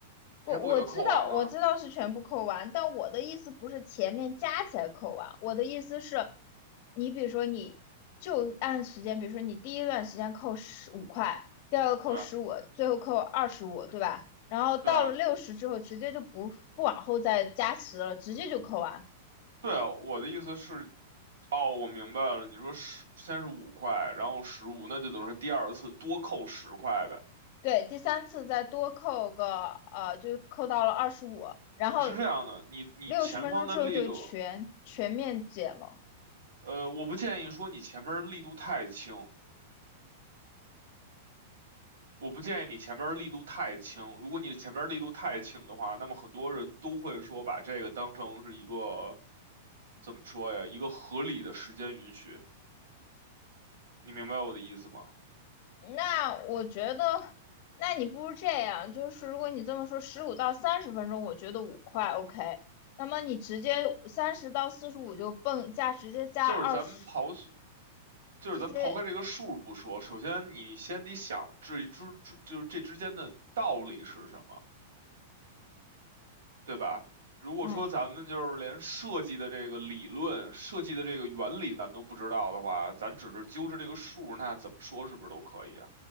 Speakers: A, on the left; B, on the right.
A: 不，
B: 你还不给他扣完了？
A: 我知道，我知道是全部扣完，但我的意思不是前面加起来扣完，我的意思是，你比如说你就按时间，比如说你第一段时间扣十五块，第二个扣十五，
B: 对啊，
A: 最后扣二十五，对吧？然后到了六十之后，
B: 对啊，
A: 直接就不不往后再加十了，直接就扣完。
B: 对啊，我的意思是，哦，我明白了，你说十先是五块，然后十五，那就等于说第二次多扣十块呗。
A: 对，第三次再多扣个呃，就扣到了二十五，然后
B: 是这样的，你你前方的力度，
A: 六十分钟之后就全全面减了。
B: 呃，我不建议说你前面力度太轻，我不建议你前面儿力度太轻。如果你前面儿力度太轻的话，那么很多人都会说把这个当成是一个怎么说呀？一个合理的时间允许。你明白我的意思吗？
A: 那我觉得，那你不如这样，就是如果你这么说，十五到三十分钟，我觉得五块 OK。那么你直接三十到四十五就蹦加，直接加二十，
B: 就是咱们刨去，就是咱们刨开这个数不说，
A: 直接
B: 首先你先得想这之之就是这之间的道理是什么，对吧？如果说咱们就是连设计的这个理论、
A: 嗯，
B: 设计的这个原理咱都不知道的话，咱只是揪着这个数，那怎么说是不是都可以啊